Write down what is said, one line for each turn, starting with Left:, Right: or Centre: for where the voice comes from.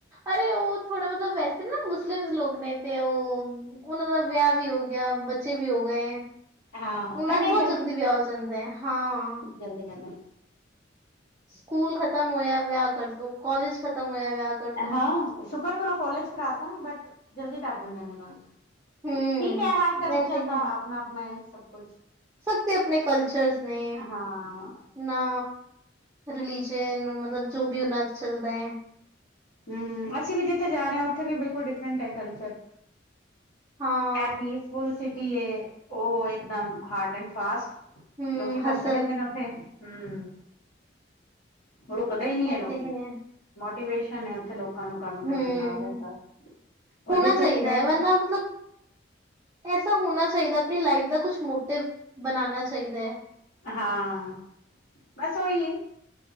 Right: ਅਰੇ ਉਹ ਥੋੜਾ ਮਤਲਬ ਵੈਸੇ ਨਾ, ਮੁਸਲਿਮਸ ਲੋਗ ਨੇ ਤੇ ਉਹ ਉਹਨਾਂ ਦਾ ਵਿਆਹ ਵੀ ਹੋ ਗਿਆ, ਬੱਚੇ ਵੀ ਹੋ ਗਏ। ਉਹਨਾਂ
Left: ਹਾਂ ਨਹੀਂ
Right: ਚ ਬਹੁਤ ਜਲਦੀ ਵਿਆਹ ਹੋ ਜਾਂਦਾ ਹੈ। ਹਾਂ।
Left: ਜਲਦੀ ਕੈਂਦੇਨ।
Right: ਸਕੂਲ ਖਤਮ ਹੋਇਆ, ਵਿਆਹ ਕਰ ਦੋ। ਕੌਲਜ ਖਤਮ ਹੋਇਆ, ਵਿਆਹ ਕਰ ਦੋ
Left: ਹਾਂ, ਸ਼ੁਕਰ ਕਰੋ ਕੋਲਜ ਕਰਾ ਤਾ। ਬਟ ਜਲਦੀ ਕਰ ਦਿੰਦੋ ਨੇ
Right: ਹਮ
Left: ਠੀਕ ਹੈ, ਹਰ ਕਲਚਰ
Right: ਇਹ ਤੇ ਹੈ
Left: ਦਾ ਆਪਣਾ-ਆਪਣਾ ਹੈ ਸਭ ਕੁਛ
Right: ਸਭ ਦੇ ਆਪਣੇ ਕਲਚਰਸ ਨੇ।
Left: ਹਾਂ
Right: ਨਾ, ਰਿਲੀਜਨ ਨੂੰ, ਮਤਲਬ ਜੋ ਵੀ ਉਹਨਾਂ ਚੱਲਦਾ ਹੈ।
Left: ਹੁਂ, ਅਸੀਂ ਵੀ ਜਿੱਥੇ ਜਾ ਰਹੇ ਹਾਂ ਉੱਥੇ ਵੀ ਬਿਲਕੁਲ ਡਿਫਰੈਂਟ ਹੈ ਕਲਚਰ।
Right: ਹਾਂ।
Left: ਐ ਪੀਸਫੁਲ ਸਿਟੀ ਏ, ਓ ਇੱਕਦਮ ਹਾਰਡ ਐਂਡ ਫਾਸਟ
Right: ਹਮ
Left: ਲੋਕੀ, ਭੱਜਦੇ
Right: ਹਸਲ
Left: ਰਹਿੰਦੇ ਨੇ ਉੱਥੇ, ਹਮ ਰੁਕਦੇ ਹੀ ਨੀ
Right: ਇਹ
Left: ਐ ਲੋਕੀ,
Right: ਤੇ ਹੈ
Left: ਮੋਟੀਵੇਸ਼ਨ ਐ, ਉੱਥੇ ਲੋਕ ਲੋਕਾਂ ਨੂੰ, ਕੰਮ
Right: ਹਮ
Left: ਕਰਨ ਦਾ ਔਰ ਐ ਸਬ,
Right: ਹੋਣਾ
Left: ਜਿੱਥੇ
Right: ਚਾਹੀਦਾ
Left: ਅਸੀਂ ਰੈਨ
Right: ਹੈ ਵਰਨਾ ਮਤਲਬ ਐਸਾ ਹੋਣਾ ਚਾਈਦਾ, ਆਪਣੀ ਲਾਈਫ ਦਾ, ਕੁਛ ਮੋਟਿਵ ਬਨਾਨਾ ਚਾਈਦਾ।
Left: ਹਾਂ, ਬਸ ਓਈ ਏ।